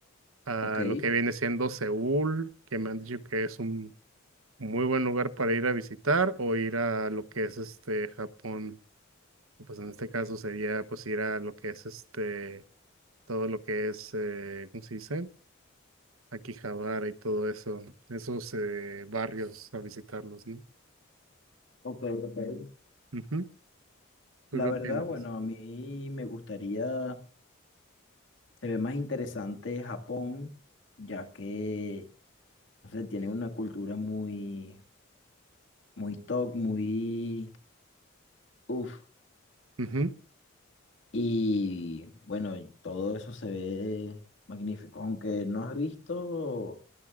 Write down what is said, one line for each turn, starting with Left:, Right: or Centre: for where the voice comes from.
Right: a
Left: ok,
Right: lo que viene siendo Seúl, que me han dicho que es un Muy buen lugar para ir a visitar o ir a lo que es este Japón. que, Pues en este caso sería pues ir a lo que es este todo lo que es eh, ¿cómo se dice? Akihabara y todo eso, esos eh, barrios a visitarlos, ¿no?
Left: ok, ok.
Right: Ujú. ¿Tú
Left: La
Right: qué
Left: verdad,
Right: opinas?
Left: bueno, a mí me gustaría, se ve más interesante Japón, ya que, no sé, tiene una cultura muy, muy top, muy, uff.
Right: Ujú.
Left: y bueno, todo eso se ve magnífico, aunque no has visto,